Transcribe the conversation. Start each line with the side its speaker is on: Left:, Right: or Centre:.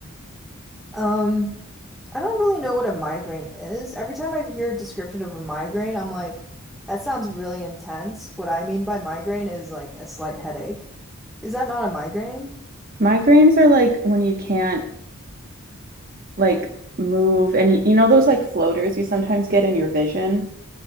Centre: Um, I don't really know what a migraine is. Every time I hear a description of a migraine, I'm like, that sounds really intense. What I mean by migraine is like a slight headache. Is that not a migraine?
Right: Migraines are like when you can't like move and you, you know those like floaters you sometimes get in your vision?